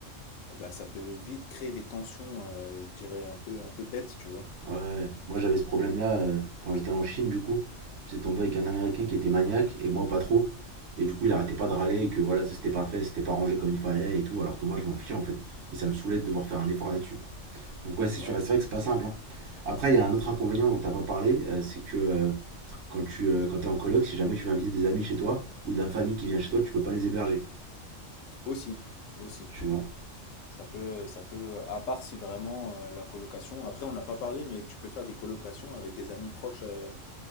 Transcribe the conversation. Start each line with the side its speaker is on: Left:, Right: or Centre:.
Left: eh ben, ça peut vite créer des tensions, euh, je dirais, un peu, un peu bêtes, tu vois.
Right: Ouais, ouais. ouais. Moi j'avais ce problème-là euh, quand j'étais en Chine, du coup. J'étais tombé avec un Américain qui était maniaque et moi pas trop. Et du coup, il arrêtait pas de râler que voilà, ça s'était pas fait, c'était pas rangé comme il fallait et tout, alors que moi je m'en fichais en fait. Et ça me saoulait de devoir faire un effort là-dessus. Donc, ouais, c'est
Left: Ouais,
Right: sûr, et
Left: tu
Right: c'est vrai
Left: vois.
Right: que c'est pas simple. hein. Après, il y a un autre inconvénient dont t'as pas parlé, euh, c'est que euh, quand tu euh, quand t'es en coloc, si jamais tu veux inviter des amis chez toi ou de la famille qui vient chez toi, tu peux pas les héberger.
Left: Aussi, aussi.
Right: Tu vois?
Left: Ça peut, ça peut, à part si vraiment euh, la colocation, après on n'a pas parlé, mais tu peux faire des colocations avec des amis proches euh,